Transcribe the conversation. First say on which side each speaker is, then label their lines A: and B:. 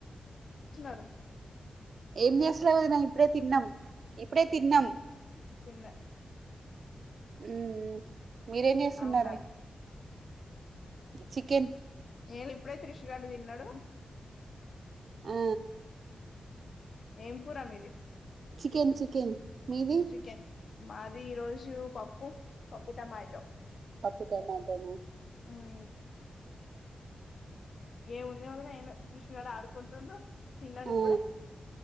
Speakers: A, on the left; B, on the right.
A: వస్తున్నారు
B: ఏం చేస్త్ ఇంట్లో వదిన ఇప్పుడే తిన్నం ఇప్పుడే తిన్నాం
A: తిన్లా
B: ఉ ఉహ్ మీరేం చేస్తున్నారు
A: అవునా
B: చికెన్
A: ఏ ఇప్పుడే క్రిష్ గాడు తిన్నాడు
B: ఆ
A: ఏం కూర మీది
B: చికెన్ చికెన్ మీది
A: చికెన్ మాది ఈ రోజు పప్పు పప్పు టమాటో
B: పప్పు టమ్మోటన
A: హుమ్మ్ ఎం లేదు ఎదో క్రిష్ గాడు ఆడుకుంట్ రొండు తిన్నాను
B: ఆ
A: ఇప్పుడే